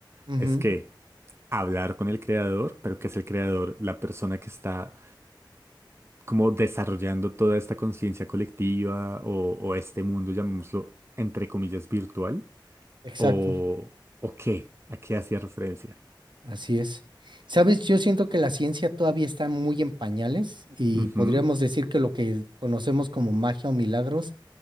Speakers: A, on the right; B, on the right.
A: Ujú,
B: es que hablar con el creador, pero que es el creador, la persona que está como desarrollando toda esta conciencia colectiva o, o este mundo, llamémoslo, entre comillas, virtual?
A: Exacto,
B: ¿O, o qué? ¿A qué hacía referencia?
A: así es. Sabes, yo siento que la ciencia todavía está muy en pañales y
B: Ujú.
A: podríamos decir que lo que conocemos como magia o milagros